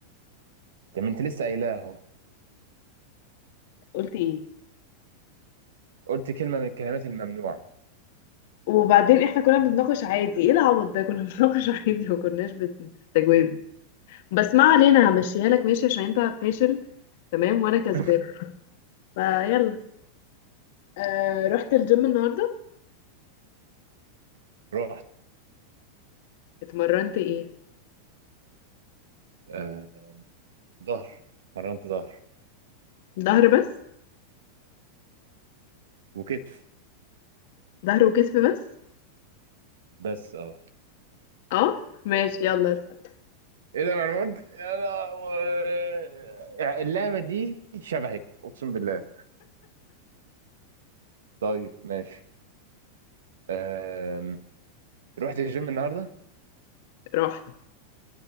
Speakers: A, on the right; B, on the left.
A: طب ما انت لسه قايلاه اهو
B: قلت ايه
A: قلت كلمة من الكلمات الممنوعة
B: وبعدين احنا كنا بنتناقش عادي ايه العبط ده كنا <laughs> بنتناقش عادي ما كناش بتستجوابي بس ما علينا همشيها لك ماشي عشان انت فاشل تمام وانا كسبان
A: <laughs>
B: فيلا آه رحت الجيم النهارده
A: رحت
B: اتمرنت ايه
A: آه ظهر مرنت ظهر
B: ظهر بس
A: وكتف
B: ظهر وكتف بس
A: بس اه
B: اه ماشي يلا اسأل.
A: ايه ده ما انا قلت يا لهوي. اللعبة دي شبهك اقسم بالله طيب ماشي آم. رحت الجيم النهاردة
B: رحت